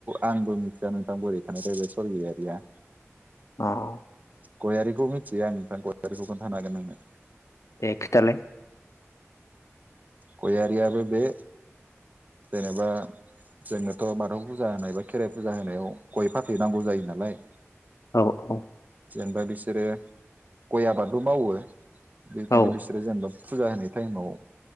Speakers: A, on the right; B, on the left.
A: आंबो मिथिया नोंथां बोरै थानायथाय बे सरगियारिया ।
B: अ ।
A: गयारिखौ मिथियो आं नोंथां गयारिखौ खोन्थानो हागोन नोंनो ।
B: दे खोथालाय ।
A: ओ गयारियाबो बे जेनेबा जोंनोथ' बाथौ फुजा होनाय बा खेराइ फुजा होनायाव गय फाथैनांगौ जायो नालाय
B: औ औ ।
A: जेनबा बिसोरो गय आबादबो मावो । बेनिखायनो
B: औ
A: बिसोरो जेनबा फुजा होनाय टाइमाव